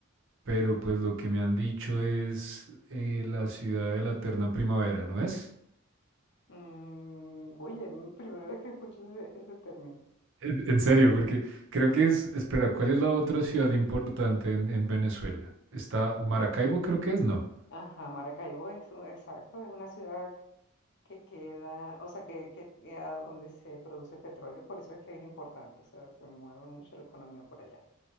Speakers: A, on the right; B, on the left.
A: pero pues lo que me han dicho es eh, la ciudad de la eterna primavera, ¿no es?
B: Mm, oye, primera vez que escucho ese, ese término.
A: En en serio, porque creo que es, espera, ¿cuál es la otra ciudad importante en, en Venezuela? Está Maracaibo, creo que es, no.
B: Ajá, Maracaibo es, un- exacto, es una ciudad que queda, o sea, que, que a donde se produce petróleo, por eso es que es importante, o sea, se mueve mucho la economía por allá.